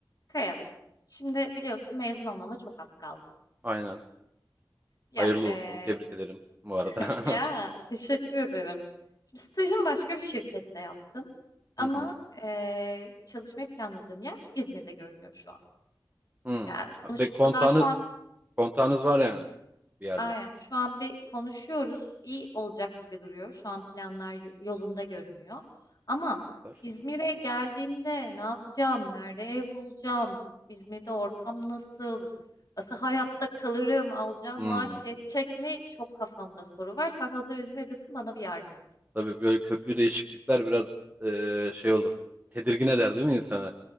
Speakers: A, on the left (about 50°); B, on the right (about 20°).
A: Kaya, şimdi biliyorsun mezun olmama çok az kaldı.
B: Aynen.
A: Ya,
B: Hayırlı
A: eee,
B: olsun. Tebrik ederim bu arada.
A: <laughs> ya
B: <laughs>
A: teşekkür ederim. Şimdi stajımı başka bir şirkette yaptım. Ama
B: Hı hı.
A: eee çalışmayı planladığım yer İzmir'de görünüyor şu an.
B: Hı.
A: Ya konuş
B: Ve kontağını,
A: daha şu an
B: kontağınız var yani bir yerle.
A: Aynen. Şu an bir konuşuyoruz. İyi olacak gibi duruyor. Şu an planlar y- yolunda görünüyor. Ama
B: Var.
A: İzmir'e geldiğimde ne yapacağım? Nerede ev bulacağım? İzmir'de ortam nasıl? Nasıl hayatta kalırım? Alacağım
B: Hmm.
A: maaş yetecek mi? Çok kafamda soru var. Sen hazır İzmir'desin bana bir yardım et.
B: Tabii böyle köklü değişiklikler biraz eee, şey olur. Tedirgin eder değil mi insanı?